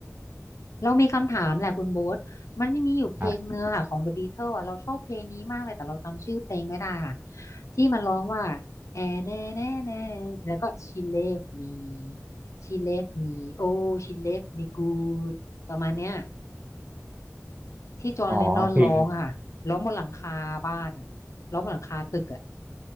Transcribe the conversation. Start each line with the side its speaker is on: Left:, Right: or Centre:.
Left: เรามีคำถามแหละคุณโบ๊ทมันมีอยู่เพลงเนื้อค่ะของ
Right: ครับ
Left: The Beatles อ่ะเราชอบเพลงนี้มากเลยแต่เราจำชื่อเพลงไม่ได้ค่ะที่มันร้องว่าแอแน่แน่แน่แล้วก็ she left me she left me oh she left me good ประมาณเนี้ยที่จอห์นเลนนอนร้องอะค่ะร้องบนหลังคาบ้านอะร้องบนหลังคาตึกอะ
Right: อ๋อเพลง